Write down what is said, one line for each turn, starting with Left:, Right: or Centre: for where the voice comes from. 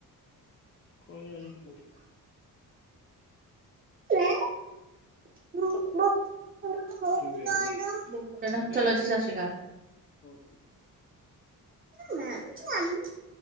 Left: ਕੋਈ ਨਾ ਜੀ।
Right: <unintelligible>
Left: ਬਾਕੀ ਵੇਖਦੇ ਹੋ ਗਿਆ
Right: ਚਲੋ
Left: ਜੇ?
Right: ਜੀ, ਸਤਿ ਸ੍ਰੀ ਅਕਾਲ।
Left: ਓਕੇ
Right: <unintelligible>